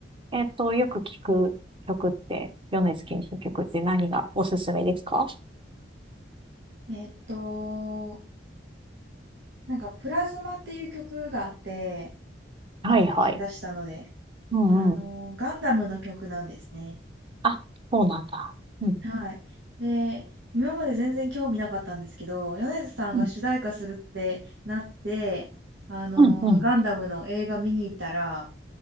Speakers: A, on the right; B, on the right.
A: えっと、よく聞く曲って、米津玄師の曲って何がおすすめですか
B: うんえーっと、なんか、プラズマっていう曲があって、
A: はいはい。
B: 最近出したので、
A: うんうん。
B: あのー、ガンダムの曲なんですね。
A: あ、そうなんだ。うん。
B: はい。で、今まで全然興味なかったんですけど、米津さんが主題歌するってなって、
A: うん。
B: あのー、
A: うんうん。
B: ガンダムの映画見に行ったら、